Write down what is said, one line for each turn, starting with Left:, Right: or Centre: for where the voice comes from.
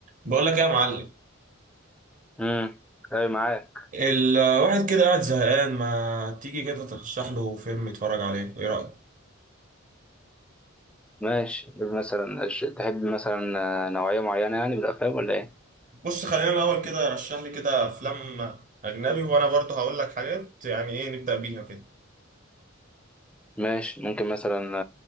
Right: بقول لك ايه يا معلم
Centre: امم اي معاك
Right: الواحد كده قاعد زهقان ما تيجي كده ترشح له فيلم يتفرج عليه ايه رأيك
Centre: ماشي مثلا تحب مثلا آه، نوعية معينة يعني بالأفلام ولا إيه؟
Right: بص خلينا الاول كده رشح لي كده افلام اجنبي وانا برضه هقول لك حاجات يعني ايه نبدأ بيها كده
Centre: ماشي ممكن مثلا